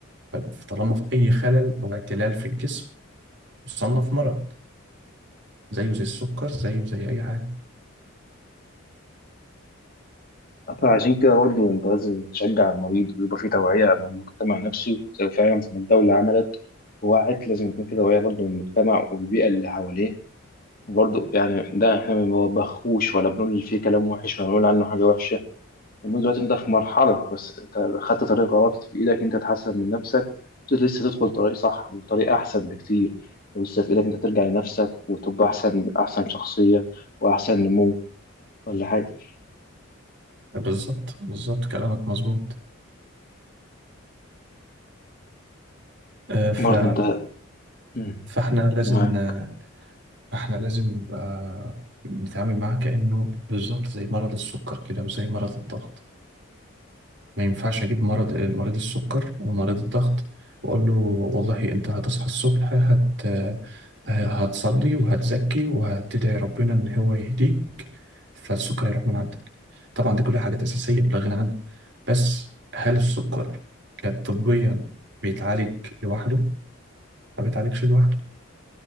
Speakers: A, on the right; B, on the left.
A: فطالما في أي خلل أو اعتلال في الجسم يصنف مرض زيه زي السكر زيه زي أي حاجة
B: فعشان كده برضه انت لازم تشجع المريض ويبقى في توعيه من المجتمع نفسه زي فعلا زي ما الدوله عملت ووعت لازم يكون في توعيه برضه من المجتمع والبيئه اللي حواليه برضه يعني ده احنا ما بنوبخوش ولا بنقول فيه كلام وحش ولا بنقول عنه حاجه وحشه المهم دلوقتي انت في مرحله بس انت خدت طريق غلط في ايدك انت تحسن من نفسك بس لسه تدخل طريق صح وطريق احسن بكتير ولسه في ايدك انت ترجع لنفسك وتبقى احسن احسن شخصيه واحسن نمو ولا حاجه
A: بالظبط بالظبط كلامك مظبوط آه، ف...
B: برضه انت مم.
A: فاحنا لازم
B: معاك
A: ن- احنا لازم نبقى نتعامل معاه كأنه بالظبط زي مرض السكر كده وزي مرض الضغط ما ينفعش اجيب مرض مريض السكر ومريض الضغط واقول له والله انت هتصحى الصبح هت هتصلي وهتزكي وهتدعي ربنا ان هو يهديك فالسكر يروح من عندك طبعا دي كلها حاجات اساسيه لا غنى عنها بس هل السكر كطبيا بيتعالج لوحده ما بيتعالجش لوحده